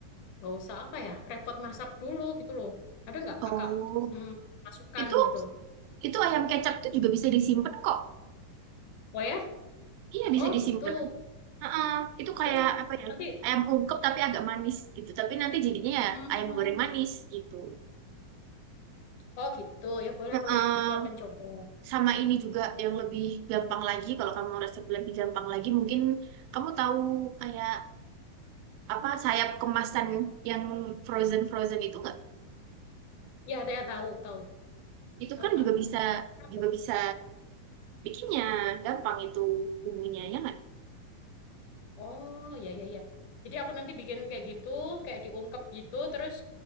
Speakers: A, on the left; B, on the right.
A: nggak usah apa ya repot masak dulu gitu loh ada nggak kakak
B: Oh,
A: hmm, masukan
B: Itu
A: gitu
B: itu ayam kecap itu juga bisa disimpan kok.
A: oh ya
B: Iya bisa
A: oh
B: disimpan.
A: gitu
B: Heeh, itu kayak
A: terus
B: apa ya?
A: nanti
B: Ayam ungkep tapi agak manis gitu. Tapi nanti jadinya
A: hmm,
B: ya ayam goreng manis gitu.
A: oh gitu ya boleh
B: Heeh.
A: boleh aku akan coba
B: Sama ini juga yang lebih gampang lagi kalau kamu resep lebih gampang lagi mungkin kamu tahu kayak apa sayap kemasan yang frozen frozen itu nggak
A: ya saya tahu tahu
B: Itu
A: tahu
B: kan
A: kak
B: juga bisa
A: Apa
B: juga
A: itu?
B: bisa bikinnya gampang itu bumbunya ya nggak?
A: oh ya ya ya jadi aku nanti bikin kayak gitu kayak diungkep gitu terus